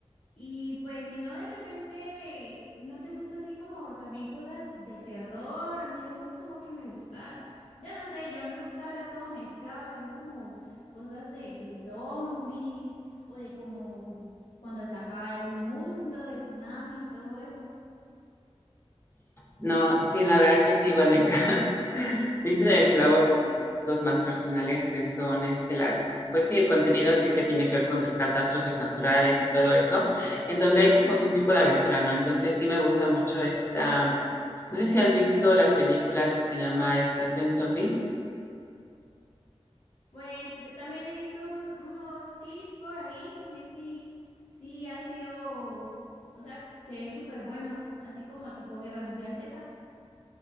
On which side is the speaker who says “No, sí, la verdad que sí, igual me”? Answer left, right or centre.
Left